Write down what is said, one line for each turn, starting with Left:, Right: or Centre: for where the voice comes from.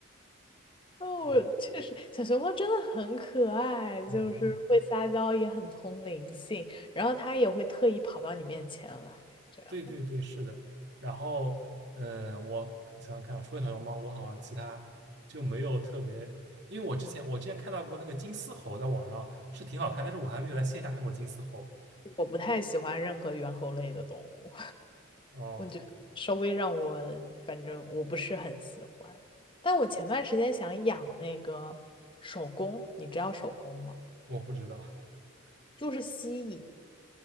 Left: 那我确实，
Right: 嗯
Left: 小熊猫真的很可爱，就是会撒娇，
Right: 嗯嗯。
Left: 也很通灵性，然后它也会特意跑到你面前来，这样。
Right: 对对对，是的。然后，嗯，我可想想看啊，除了小熊猫，我好像其他就没有特别，因为我之前我之前看到过那个金丝猴，在网上是挺好看，但是我还没有在线下看过金丝猴。
Left: 我不太喜欢任何猿猴类的动物，
Right: 哦，
Left: <laughs> 稍微让我，反正我不是很喜欢。但我前段时间想养那个手工，你知道手工吗？
Right: 我不知道。<laughs>
Left: 就是蜥蜴，